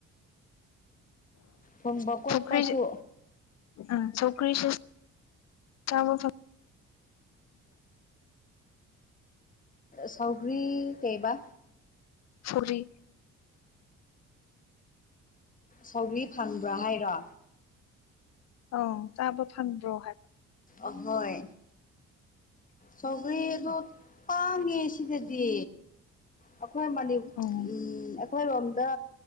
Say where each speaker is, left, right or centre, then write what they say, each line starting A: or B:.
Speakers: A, on the left; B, on the left.
A: ꯊꯣꯡꯕ ꯈꯣꯠꯄꯁꯨ
B: ꯔꯤ ꯑ <unintelligible> <inaudible> ꯀ꯭ꯔꯤꯁ ꯆꯥꯕ ꯐꯪ
A: ꯆꯧꯒ꯭ꯔꯤ ꯀꯩꯕꯥ
B: ꯐꯔꯤ
A: ꯁꯧꯒꯔꯤ ꯐꯪꯕ꯭ꯔꯥ ꯍꯥꯏꯔꯣ
B: ꯑꯪ ꯆꯥꯕ ꯐꯪꯕ꯭ꯔꯣ ꯍꯥꯏꯕ
A: ꯑꯍꯣꯏ ꯁꯒꯦꯗꯣ ꯄꯥꯡꯉꯦ ꯁꯤꯗꯗꯤ ꯑꯩꯈꯣꯏ ꯃꯅꯤ
B: ꯑꯣ
A: ꯑꯩꯈꯣꯏꯔꯣꯝꯗ